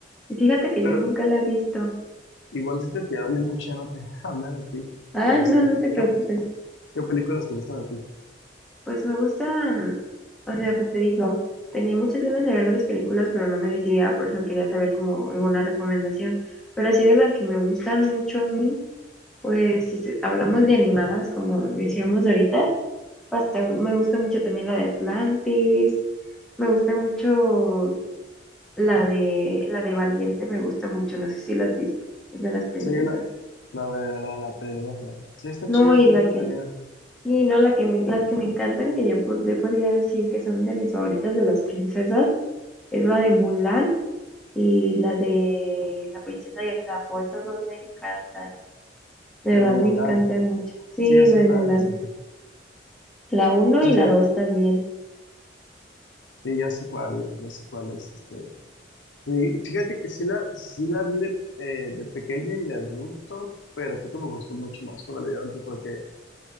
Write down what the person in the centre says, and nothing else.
y fíjate que
yo nunca la he visto.
Ah,
no, no
te preocupes.
Pues me gustan, o sea, pues te digo, tenía muchas ganas de ver varias películas, pero no me decidía, por eso quería saber como alguna recomendación. Pero así de las que me gustan mucho a mí, pues si se- hablamos de animadas, como decíamos ahorita, pues te- me gusta mucho también la de Atlantis, me gusta mucho la de la de Valiente, me gusta mucho, no sé si la has visto, es de las princesas.
No,
y
la
que y no, la que me, las que me encantan, que yo, po- yo podría decir que son de mis favoritas de las princesas, Es la de Mulan y la de La princesa y el sapo. Esas dos me encantan. De
verdad
me encantan mucho. Sí,
la de
Mulan.
La uno y
la dos también.